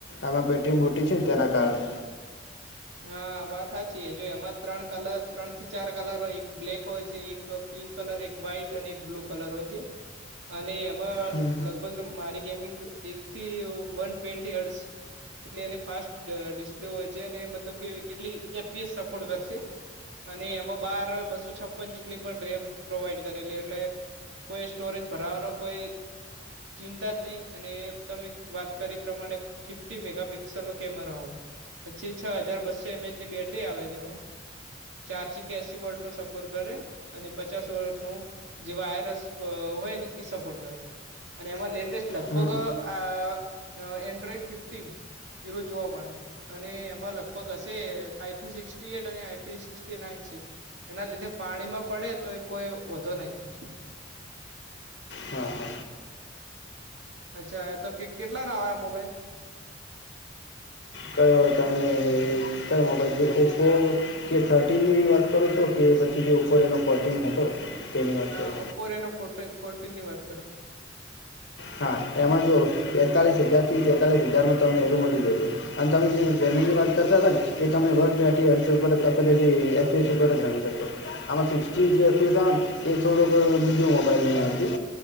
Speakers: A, on the left; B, on the right.
A: આમાં બેટરી મોટી છે ને તેના કારણે
B: હા વાત સાચી જો એમાં ત્રણ કલર ત્રણ થી ચાર કલર હોય એક બ્લેક હોય છે એક એક પિંક કલર એક વ્હાઈટ અને એક બ્લુ કલર હોય છે અને એમાં
A: હમ
B: લગભગ મારી ગેમિંગ એક થી વન ટ્વેન્ટી હેડસ જેટલી એની ફાસ્ટ ડિસ્પ્લે હોય છે અને એ મતલબ કે એટલી એપીએસ સપોર્ટ કરશે. અને એમાં બાર બસો છપન જેટલી પણ રેમ પ્રોવાઈડ કરેલી એટલે કોઈ સ્ટોરેજ ભરાવાનો કોઈ ચિંતા જ નહી અને તમે વાત કરી એ પ્રમાણે ફિફ્ટી મેગાપિક્સલ નો કેમેરો આવે પછી છ હજાર બસ્સો એમએચની બેટરી આવે છે એમાં. ચાર્જિંગ એસી વોલ્ટનો સપર કરે અને પચાસ વોલટનું જે વાયરસ હોય ને એ સપોર્ટ કરે અને એમાં લેટેસ્ટ લગભગ
A: હમ
B: આ એન્ડ્રોઈડ ફિફ્ટીન ઝીરો જોવા મળે અને એમ એમાં લગભગ હશે આઈપી સિક્સટી એટ અને આઈપી સિક્સટી નાઇન છે. એના લીધે પાણીમાં પડે તોય કોય વોધો નહી.
A: હહ હહ
B: અચ્છા તો કે કેટલાના આવે આ મોબાઈલ?
A: કયો તમે કયો મોબાઈલ જોઈએ ઓપો? કે થર્ટીનની વાત કરો છો કે પછી જે ઉપર એનો ફોર્ટીન હતો. તેની વાત
B: અ ના
A: કરો
B: ઓપો રયો એનો ફોર્ટ ફોર્ટીનની વાત કરો.
A: હા એમાં જુવો બેતાલીસ હજારથી તેતાલીસ હજારમાં તમને એરું મલી જશે. અને તમે જે ગેમિંગની વાત કરતા તા ને એ તમને વર્ક ત્યાંથી એક્સેલ પર આપેલા એપથી ઉપર જ રમી શકે. આમાં સિક્સ્ટટી જે પીસ આવેને એ થોડોક બીજો મોબાઈલની હતી.